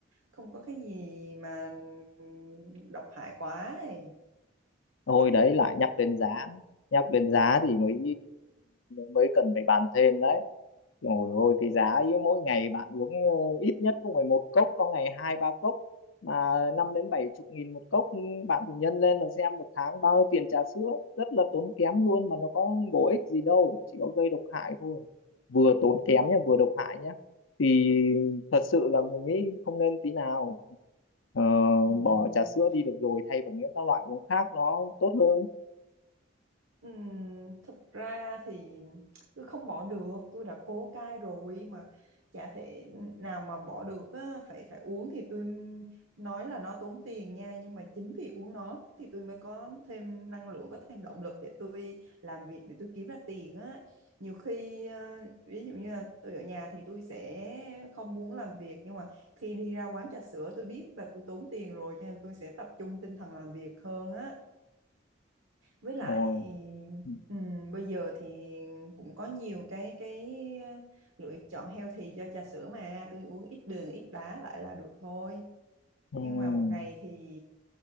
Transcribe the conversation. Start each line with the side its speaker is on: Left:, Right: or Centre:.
Right: không có cái gì mà ừm, độc hại quá ấy.
Left: hồi đấy lại nhắc đến giá nhắc đến giá thì mới mới cần phải bàn thêm đấy Rồi ôi cái giá ấy mỗi ngày bạn uống ờ, ít nhất cũng phải một cốc có ngày hai ba cốc mà năm đến bảy chục nghìn một cốc ừ, bạn thì nhân lên mà xem một tháng bao nhiêu tiền trà sữa rất là tốn kém luôn mà nó có bổ ích gì đâu chỉ có gây độc hại thôi vừa tốn kém nhá vừa độc hại nhá thì thật sự là mình nghĩ không nên tí nào Ờ,
Right: Ừm.
Left: bỏ trà sữa đi được rồi thay bằng những các loại uống khác nó tốt hơn
Right: Ừm, thực ra thì tôi không bỏ được tôi đã cố cai rồi mà chả thể nào mà bỏ được á, phải phải uống thì tôi nói là nó tốn tiền nha nhưng mà chính vì uống nó thì tôi mới có thêm năng lượng có thêm động lực để tôi làm việc để tôi kiếm ra tiền á nhiều khi ờ, ví dụ như là tôi ở nhà thì tôi sẽ không muốn làm việc nhưng mà khi đi ra quán trà sữa tôi biết là tôi tốn tiền rồi cho nên tôi sẽ tập trung tinh thần làm việc hơn á với lại
Left: rồi ừ.
Right: ừm, bây giờ thì cũng có nhiều cái cái ờ, lựa chọn healthy cho trà sữa mà tôi uống ít đường ít đá lại là được thôi
Left: ừ.
Right: nhưng mà một ngày thì